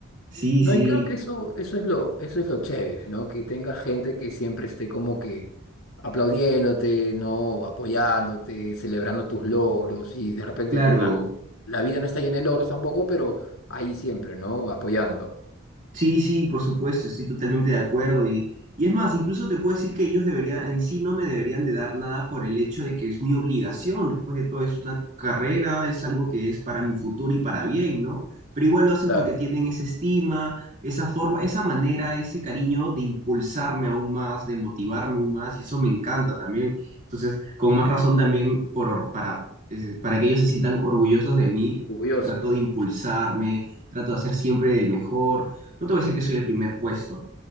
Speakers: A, on the right (about 40°); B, on the left (about 85°).
A: Sí,
B: No,
A: sí,
B: y creo que eso, eso es lo, eso es lo chévere, ¿no? Que tenga gente que siempre esté como que aplaudiéndote, ¿no? Apoyándote, celebrando tus logros y de repente,
A: claro,
B: o claro, la vida no está llena de logros tampoco, pero ahí siempre, ¿no? Apoyando.
A: Sí, sí, por supuesto, estoy totalmente de acuerdo y, y es más, incluso te puedo decir que ellos deberían, en sí no me deberían de dar nada por el hecho de que es mi obligación, después de todo es una carrera, es algo que es para mi futuro y para bien, ¿no? Pero igual lo hacen
B: Claro,
A: porque tienen esa estima, esa forma, esa manera, ese cariño de impulsarme aún más, de motivarme aún más y eso me encanta también. Entonces, con más razón también por, or- para, eh, para que ellos se sientan orgullosos de mí,
B: orgullosos.
A: trato de impulsarme, trato de hacer siempre el mejor. No te voy a decir que soy el primer puesto,